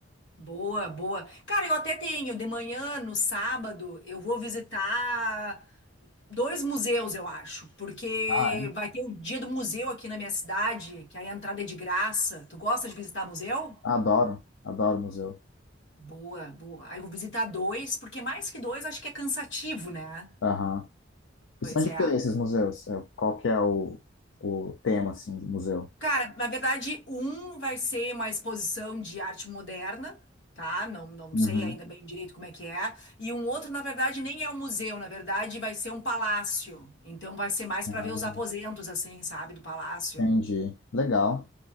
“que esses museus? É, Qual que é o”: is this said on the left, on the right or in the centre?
Left